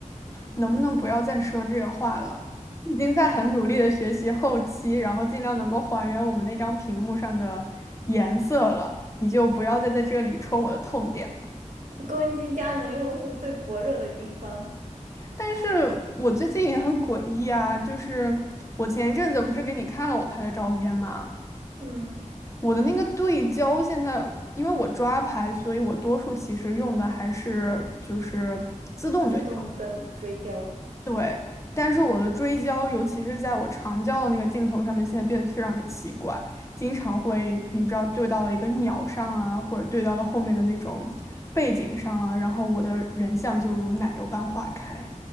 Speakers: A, on the left; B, on the right.
A: 能不能不要再说这个话了？已经在很努力的学习后期，然后尽量能够还原我们那张屏幕上的颜色了。你就不要再在这里戳我的痛点了。
B: <laughs> 攻击佳能用户最薄弱的地方，
A: 但是我最近也很诡异啊，就是我前一阵子不是给你看了我拍的照片吗？
B: 嗯，
A: 我的那个对焦现在，因为我抓拍，所以我多数其实用的还是就是自动对焦。
B: 自动跟追焦。
A: 对，但是我的追焦，尤其是在我长焦的那个镜头上面，现在变得非常的奇怪，经常会你不知道对到了一个鸟上啊，或者对到了后面的那种背景上啊，然后我的人像就如奶油般化开。